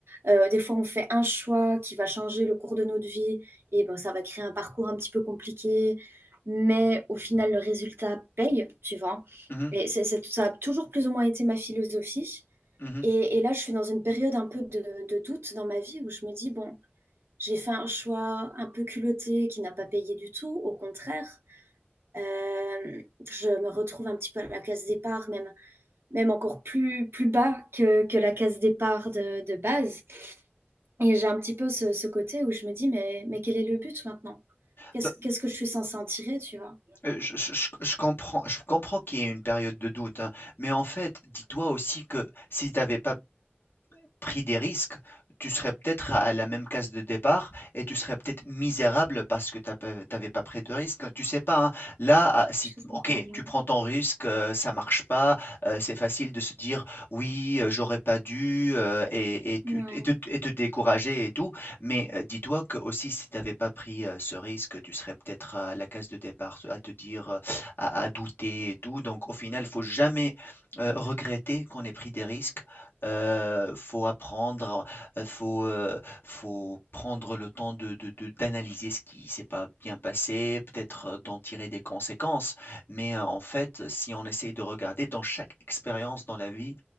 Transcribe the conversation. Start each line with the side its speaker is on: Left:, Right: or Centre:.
Right: Euh, des fois, on fait un choix qui va changer le cours de notre vie, et ben, ça va créer un parcours un petit peu compliqué, mais au final, le résultat paye, tu vois.
Left: mhm,
Right: Et c'est, c'est- ça a toujours plus ou moins été ma philosophie.
Left: mhm.
Right: Et, et là, je suis dans une période un peu de, de doute dans ma vie où je me dis, bon, j'ai fait un choix un peu culotté qui n'a pas payé du tout, au contraire. Euh, je me retrouve un petit peu à la case départ, même, même encore plus, plus bas que, que la case départ de, de base. Et j'ai un petit peu ce, ce côté où je me dis, mais, mais quel est le but maintenant? Qu'est-ce,
Left: Bah,
Right: qu'est-ce que je suis censée en tirer, tu vois?
Left: euh, je, je- je- je comprends, je comprends qu'il y ait une période de doute, hein, mais en fait, dis-toi aussi que si tu n'avais pas pris des risques, tu serais peut-être à la même case de départ et tu serais peut-être misérable parce que tu n'avais pas pris de risque. Tu sais pas, hein. Là, ah, si,
Right: Je sais
Left: ok,
Right: pas, ouais.
Left: tu prends ton risque, euh, ça marche pas, euh, c'est facile de se dire oui, euh, j'aurais pas dû euh, et, et tu-
Right: Ouais,
Left: et te, et te décourager et tout. Mais euh, dis-toi que aussi, si tu n'avais pas pris euh, ce risque, tu serais peut-être à la case de départ, à te dire, euh, à, à douter et tout. Donc, au final, il faut jamais euh, regretter qu'on ait pris des risques euh, faut apprendre, euh, faut, euh, faut prendre le temps de, de- de- d'analyser ce qui s'est pas bien passé, peut-être euh, d'en tirer des conséquences. Mais euh, en fait, si on essaye de regarder dans chaque expérience dans la vie,